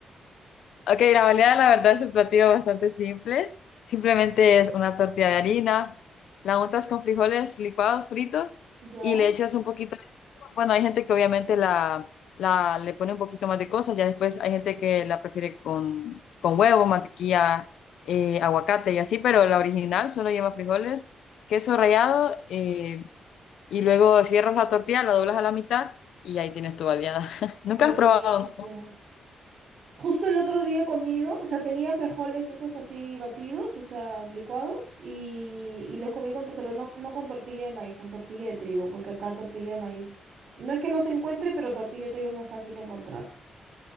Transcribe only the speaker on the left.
Ok, la baleada la verdad es un platillo bastante simple. Simplemente es una tortilla de harina, la untas con frijoles licuados, fritos,
y le echas un poquito bueno, hay gente que obviamente la, la le pone un poquito más de cosas, ya después hay gente que la prefiere con, con huevo, mantequilla, eh, aguacate y así, pero la original solo lleva frijoles, queso rallado eh, y luego cierras la tortilla, la doblas a la mitad y ahí tienes tu baleada. <laughs> ¿Nunca
has probado?